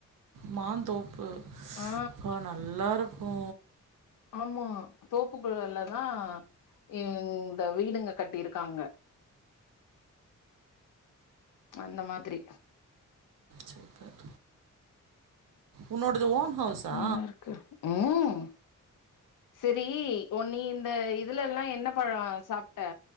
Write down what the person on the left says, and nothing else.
ஆ
ஆமா தோப்புகளெல்லதா இந்த வீடுங்க கட்டிருக்காங்க அந்த மாதிரி
நல்லாருக்கு ம் செரி உ நீ இந்த இதுலெல்லா என்ன பழோ சாப்ட்ட